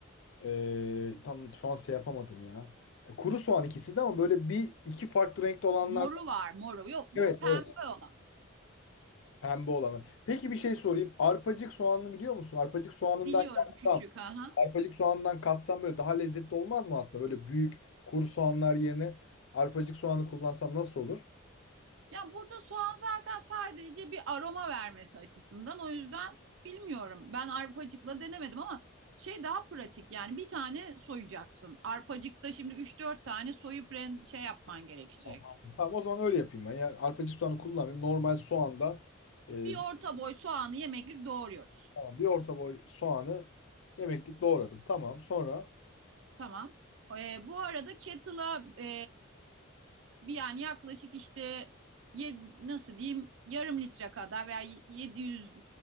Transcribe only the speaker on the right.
Moru var moru. Yok bu
pembe
olan.
Biliyorum
küçük. Aha.
Ya burada soğan zaten sadece bir aroma vermesi açısından. O yüzden bilmiyorum. Ben arpacıkla denemedim ama şey daha pratik yani bir tane soyacaksın. Arpacıkta şimdi üç dört tane soyup ren- şey yapman gerekecek.
Bir
orta boy soğanı yemeklik doğruyoruz.
Tamam. Ee, bu arada kettle'a e, bir yani yaklaşık işte ye- nasıl diyeyim yarım litre kadar veya 700